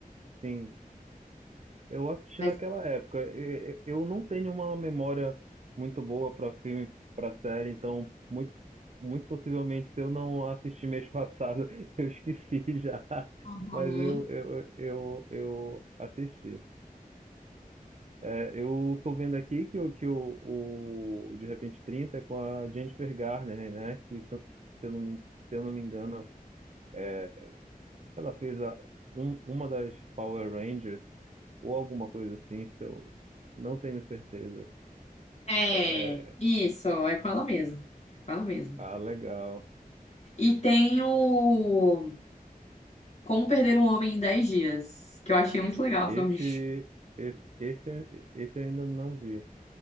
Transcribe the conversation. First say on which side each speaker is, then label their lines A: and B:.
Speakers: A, on the right (about 50°); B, on the left (about 45°).
A: Sim. Eu assisti
B: Mas.
A: naquela época. E- e- Eu não tenho uma memória muito boa para filme, para série, então muito, muito possivelmente se eu não assisti mês passado, <laughs> eu esqueci já.
B: Uhum.
A: Mas eu, eu, eu, eu assisti. É, eu tô vendo aqui que, o, que o, o De Repente 30 é com a Jennifer Garner, né? Que se eu, se eu não me, se eu não me engano, é, ela fez a, um- uma das Power Rangers ou alguma coisa assim, se eu não tenho certeza.
B: É,
A: É,
B: isso, é com ela mesma. É com ela mesma.
A: ah, legal.
B: E tem o Como Perder um Homem em 10 Dias, que eu achei muito legal
A: Esse,
B: também.
A: esse, esse, esse eu ainda não vi.